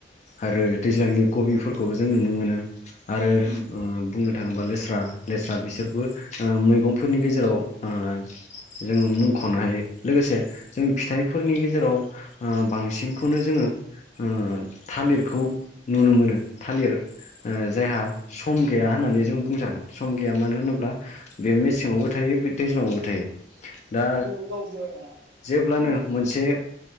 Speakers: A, on the left (about 40°); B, on the right (about 80°).
A: आरो दैज्लांनि कबिफोरखौबो जों नुनो मोनो। आरो
B: औ
A: ओ बुंनो थाङोब्ला लेस्रा लेस्रा बिसोरबो ओ मैगंफोरनि गेजेराव ओ जोङो मुंख'नो हायो। लोगोसे जों फिथाइफोरनि गेजेराव ओ बांसिनखौनो जोङो ओ थालिरखौ नुनो मोनो थालिर ओ जायहा सम गैया होननानै जों बुंजागोन सम गैया मानो होनोब्ला बे मेसेङावबो थाइयो बे दैज्लाङावबो थाइयो। दा
B: औ गावबो
A: जेब्लानो
B: औ
A: मोनसे